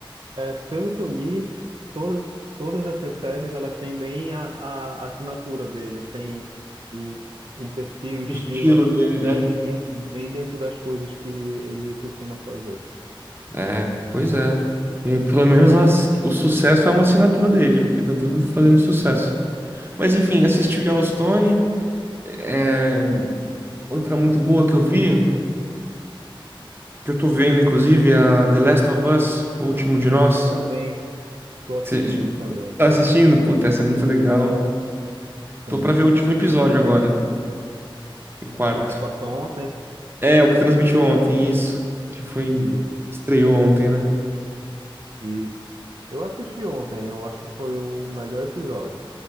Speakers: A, on the right (about 65°); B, on the right (about 25°).
A: É, pelo que eu li, todas, todas essas séries elas têm bem a, a assinatura dele. Tem um, um perfil, estilo,
B: O estilo dele,
A: bem,
B: né?
A: de- bem dentro das coisas que ele costuma fazer.
B: É, pois é. E, pelo menos as- o sucesso é uma assinatura dele, porque tá tudo fazendo sucesso.
A: Sim,
B: Mas enfim,
A: pois
B: assisti
A: é.
B: o Yellowstone. É, outra muito boa que eu vi, que eu tô vendo, inclusive, é a The Last of Us, O Último de Nós.
A: Também tô assistindo
B: Você
A: também.
B: tá assistindo? Puta, essa é muito legal.
A: Tô, sim.
B: Tô pra ver o último episódio agora, o quarto.
A: O que passou ontem?
B: É, o que transmitiu ontem, isso. Que foi.
A: Isso,
B: Estreou ontem, né?
A: isso. Eu assisti ontem, eu acho que foi o melhor episódio,